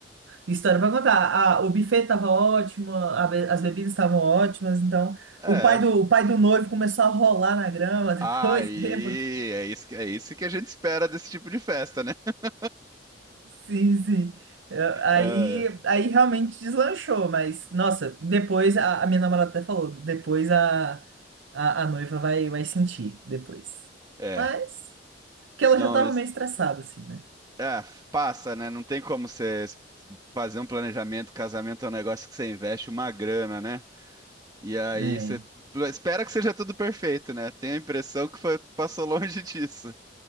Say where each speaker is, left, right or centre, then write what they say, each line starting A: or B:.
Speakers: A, on the right; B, on the right.
A: História pra contar. A- o buffet tava ótimo, a be- as bebidas estavam ótimas, então
B: É.
A: o pai do, o pai do noivo começou a rolar na grama depois,
B: Aí,
A: <laughs> bêbado.
B: é isso, que- é isso que a gente espera desse tipo de festa, né? <laughs>
A: Sim, sim. Eu- Aí,
B: Ah,
A: aí realmente deslanchou, mas nossa, depois a, a minha namorada até falou, depois a, a, a noiva vai, vai sentir depois.
B: É.
A: Mas, porque ela
B: Não,
A: já tava
B: mas
A: meio estressada, assim, né?
B: é, passa, né? Não tem como você fazer um planejamento. Casamento é um negócio que você investe uma grana, né? E aí
A: É,
B: você espera que seja tudo perfeito, né? Tenho a impressão que foi- passou longe <laughs> disso.